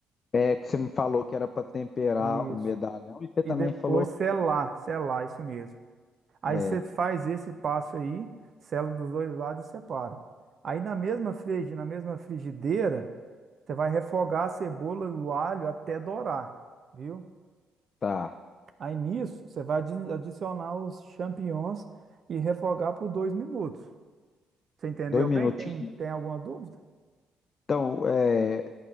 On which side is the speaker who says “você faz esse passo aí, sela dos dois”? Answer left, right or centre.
Right